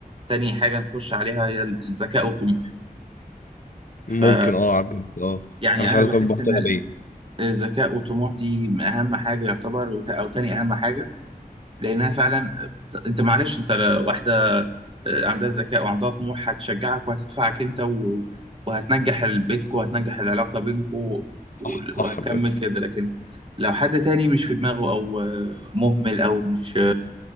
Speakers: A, on the right; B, on the left.
A: تاني حاجة نخش عليها هي الذكاء والطموح
B: ممكن
A: فيعني
B: اه عبد اه
A: أنا
B: انا مش عايز
A: بحس
B: اطبق
A: إن
B: واحده غبيه
A: الذكاء والطموح دي أهم حاجة يعتبر وت- أو تاني أهم حاجة لأنها فعلا بت- أنت معلش أنت ل- واحدة آه، عندها ذكاء وعندها طموح هتشجعك وهتدفعك أنت و... وهتنجح بيتكو وهتنجح العلاقة بينكو و...
B: صح صح
A: وهتكمل
B: بجد
A: كده لكن لو حد تاني مش في دماغه أو آه، مهمل أو مش